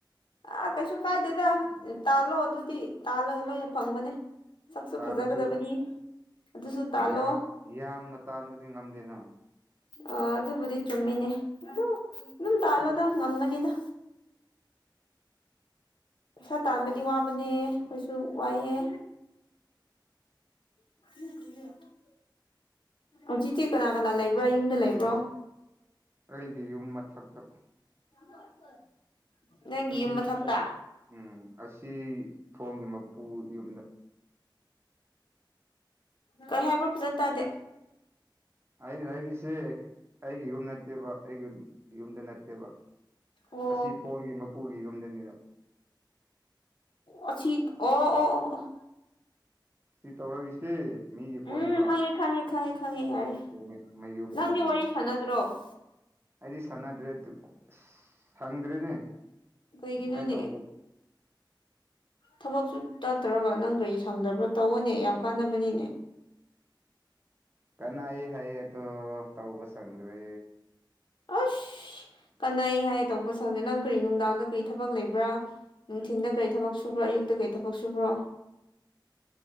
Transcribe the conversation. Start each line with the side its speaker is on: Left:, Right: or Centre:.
Left: ꯑꯥ ꯀꯩꯁꯨ ꯀꯥꯏꯗꯦꯗ ꯇꯥꯜꯂꯣ ꯑꯗꯨꯗꯤ ꯇꯥꯜꯂꯒ ꯂꯣꯏꯅ ꯐꯪꯕꯅꯦ ꯁꯛꯁꯨ
Right: ꯇꯥꯜꯂꯁꯨ
Left: ꯐꯖꯒꯗꯕꯅꯤ ꯑꯗꯨꯁꯨ ꯇꯥꯜꯂꯣ
Right: ꯌꯥꯝ ꯌꯥꯝꯅ ꯇꯥꯟꯕꯗꯤ ꯉꯝꯗꯦꯅ
Left: ꯑ ꯑꯗꯨꯕꯨꯗꯤ ꯆꯨꯝꯃꯤꯅꯦ ꯑꯗꯨ ꯑꯗꯨꯝ ꯇꯥꯜꯂꯣꯗ ꯉꯝꯒꯅꯤꯗ ꯄꯩꯁꯥ ꯇꯥꯟꯕꯗꯤ ꯋꯥꯕꯅꯦ ꯈꯣꯏꯁꯨ ꯋꯥꯏꯑꯦ <unintelligible> ꯍꯧꯖꯤꯛꯇꯤ ꯀꯅꯥ ꯀꯅꯥ ꯂꯩꯕ꯭ꯔꯥ ꯌꯨꯝꯗ ꯂꯩꯕ꯭ꯔꯣ
Right: ꯑꯩꯒꯤ ꯌꯨꯝ ꯃꯊꯛꯇ
Left: <unintelligible> ꯅꯪꯒꯤ
Right: ꯑꯁꯤ
Left: ꯌꯨꯝ ꯃꯊꯛꯇ
Right: ꯎꯝ ꯑꯁꯤ ꯊꯣꯡꯒꯤ ꯃꯄꯨ ꯌꯨꯝꯗ
Left: ꯀꯔꯤ ꯍꯥꯏꯕ꯭ꯔꯣ ꯐꯖꯅ ꯇꯥꯗꯦ
Right: ꯑꯩꯅ ꯂꯩꯔꯤꯁꯦ ꯑꯩꯒꯤ ꯌꯨꯝ ꯅꯠꯇꯦꯕ ꯑꯩꯒꯤ ꯌꯨꯝꯗ ꯅꯠꯇꯦꯕ
Left: ꯑꯣ
Right: ꯑꯁꯤ ꯐꯣꯟꯒꯤ ꯃꯄꯨꯒꯤ ꯌꯨꯝꯗꯅꯤꯗ
Left: ꯑꯣ ꯁꯤ ꯑꯣ ꯑꯣ ꯑꯣ
Right: ꯁꯤ ꯇꯧꯔꯛꯏꯁꯤ ꯃꯤꯒꯤ ꯐꯣꯟꯅꯦꯕ
Left: ꯎꯝ ꯈꯪꯉꯦ ꯈꯪꯉꯦ ꯈꯪꯉꯦ ꯈꯪꯉꯦ ꯌꯥꯔꯦ
Right: ꯑꯗꯨ ꯃꯌꯨꯝꯗꯅꯤ
Left: ꯅꯪꯗꯤ ꯋꯥꯔꯤ
Right: ꯍꯥꯏꯕ
Left: ꯁꯥꯟꯅꯗ꯭ꯔꯣ
Right: ꯑꯩꯗꯤ ꯁꯣꯟꯅꯗ꯭ꯔꯦꯗꯨ ꯁꯪꯗ꯭ꯔꯦꯅꯦ
Left: ꯀꯩꯒꯤꯅꯣꯅꯦ
Right: ꯑꯗꯨꯃꯥꯏꯅ ꯇꯧꯕꯗꯣ
Left: ꯊꯕꯛꯁꯨ ꯇꯠꯇ꯭ꯔꯒ ꯅꯪ ꯀꯔꯤ ꯁꯪꯗꯕ꯭ꯔꯥ ꯇꯧꯑꯣꯅꯦ ꯌꯥꯝ ꯀꯥꯟꯅꯕꯅꯤꯅꯦ
Right: ꯀꯅꯩꯌꯦ ꯍꯥꯏ ꯑꯗꯣ ꯇꯧꯕ ꯆꯪꯗ꯭ꯔꯦ
Left: ꯑꯁ ꯀꯥꯟꯅꯩ ꯍꯥꯏ ꯇꯧꯕ ꯁꯪꯗꯦ ꯅꯪ ꯀꯔꯤ ꯅꯨꯡꯗꯥꯡꯗ ꯀꯔꯤ ꯊꯕꯛ ꯂꯩꯕ꯭ꯔꯥ ꯅꯨꯡꯊꯤꯟꯗ ꯀꯔꯤ ꯊꯕꯛ ꯁꯨꯕ꯭ꯔꯣ ꯑꯌꯨꯛꯇ ꯀꯩ ꯊꯕꯛ ꯁꯨꯕ꯭ꯔꯣ